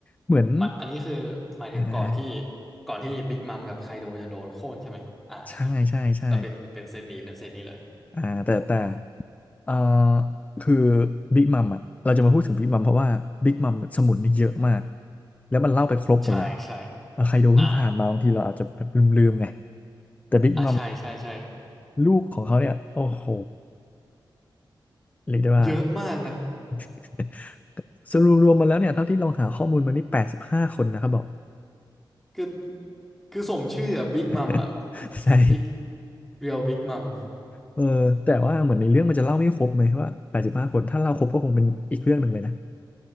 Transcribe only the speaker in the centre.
หมายอันนี้คือหมายถึงก่อนที่
ก่อนที่บิ๊กมัมกับไคโดจะโดนโค่นใช่ไหมอ่าอันนี้
แต่เป็นเป็นเซตนี้เป็นเซตนี้เลย
ใช่ใช่
อ่า
อ่าใช่ใช่ใช่
เยอะมากนะ
คือคือสมชื่ออะบิ๊กมัมอะ
บิ๊กเรียลบิ๊กมัม